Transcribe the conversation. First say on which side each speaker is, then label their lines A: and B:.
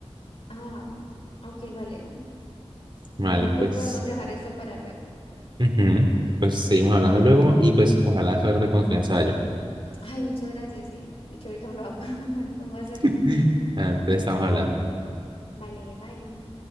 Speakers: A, on the left; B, on the right.
A: Ah, ok, vale. Bueno,
B: Vale,
A: pues
B: pues,
A: podemos dejar esto para luego.
B: ujú. Pues seguimos
A: Vale.
B: hablando luego y pues ojalá suerte con su ensayo.
A: Ay, muchas gracias. Sí. De hecho, ahorita me lo voy a- pon- <laughs> me pongo a hacerlo.
B: <laughs> Entonces estamos hablando.
A: Vale, bye.